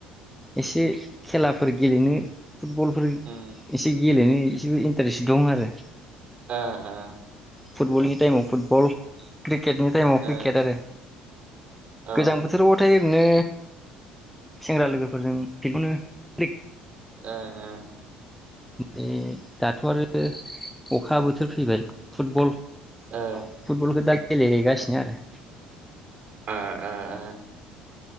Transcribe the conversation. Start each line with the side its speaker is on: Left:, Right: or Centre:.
Centre: एसे खेलाफोर गेलेनो फुटबलफोर
Right: उम
Centre: एसे गेलेनो <unintelligible> इन्टारेस दं आरो
Right: ओ ओ
Centre: फुटबलनि टाइमाव फुटबल क्रिकेट क्रिकेटनि टाइमाव
Right: ओ
Centre: क्रिकेट आरो
Right: औ
Centre: गोजां बोथोराबाथाय ओरैनो सेंग्रा लोगोफोरजों बिदिनो क्रिक
Right: ओ ओ
Centre: ओमफ्राय दाथ' आरो अखा बोथोर फैबाय फुटबल
Right: ओ
Centre: फुटबलखौ दा गेलेहैगासिनो आरो
Right: ओ ओ ओ